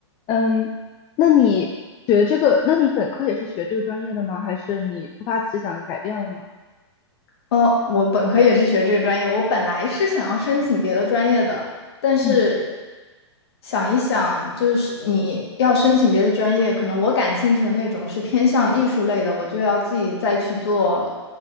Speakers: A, on the left; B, on the left.
A: 嗯，那你学这个，那你本科也是学这个专业的吗？还是你突发奇想改变了呢？
B: 哦，我本科也是学这个专业，我本来是想要申请别的专业的，但是
A: 嗯，
B: 想一想，就是你要申请别的专业，可能我感兴趣的那种是偏向艺术类的，我就要自己再去做